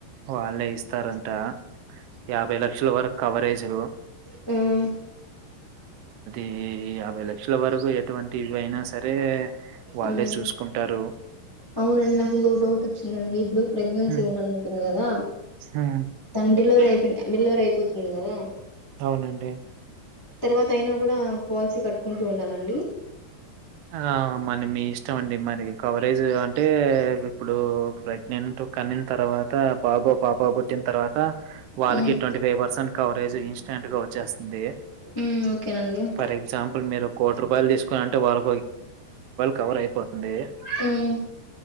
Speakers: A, on the right; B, on the left.
A: వాళ్ళే ఇస్తారంట యాభై లక్షల వరకు కవరేజు
B: మ్
A: ఈ యాభై లక్షల వరకు ఎటువంటి ఇవైనా సరే వాళ్ళే
B: మ్
A: చూసుకుంటారు.
B: అవునండి నాకు ఇంకో డౌట్ వచ్చిందండి ఇప్పుడు ప్రెగ్నెన్సీ
A: హ్మ్.
B: ఉమెన్ ఉంటుంది కదా
A: హ్మ్.
B: తన డెలివరీ అయిపోయి డెలివరీ అయిపోతుంది కదా
A: అవునండి
B: తర్వాత అయినా కూడా పాలసీ కట్టుకుంటూ ఉండాలండి
A: ఆ మరి మీ ఇష్టం అండి మరి కవరేజ్ అంటే ఇప్పుడు ప్రెగ్నెన్ట్ కన్నిన తర్వాత బాబో పాప పుట్టిన తర్వాత వాళ్ళకి
B: హ్మ్
A: twenty five percent coverage instant గా వచ్చేస్తుంది
B: హ్మ్ ఓకేనండి
A: ఫర్ ఎగ్జామ్ పుల్ మీరు కోటి రూపాయలు తీసుకుని అంటే వారు కవర్ అయిపోతుంది
B: హ్మ్